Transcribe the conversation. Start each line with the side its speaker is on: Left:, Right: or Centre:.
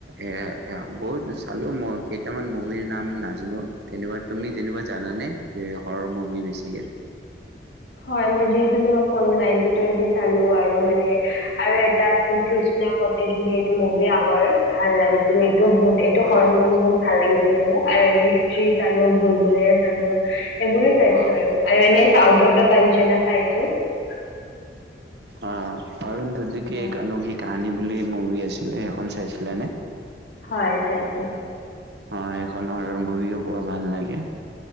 Right: এ বহুত চালো মই কেইটামান মুভিৰ নাম নাই হেল্ল কেনেকুৱা তুমি তেনেকুৱা জানানে হৰৰ মুভি বেছিকে
Left: হয় ম যিেতু তমাক কো ন ুৱেটি চো আৰু মানে আৰু এটা আছিল কৃষ্ণা কটজ বুলি এইটো মুভি আগৰ ভাল লাগিছিল এই বহুত এইটো সৰ
Right: আহ
Left: মৰ বহুত ভাল লাগিছিলে মোক আৰু এনেই হিষ্ট্ৰ্ৰী চালো ভুল ভোুলৰে চালো সেইবোৰৰে চাইছো
Right: আহ
Left: আৰু আৰু এনে চা দ পঞঞ্চনা চাইছো <unintelligible>
Right: অ অৰুণ ধুধ কি
Left: হয়
Right: এক অনৌহি কাহীনী বুলি মুভি আছিলে সেইখন চাইছিলানে
Left: হয় চাইছিলো
Right: অ সেইখনৰ মুভিও বৰ ভাল লাগে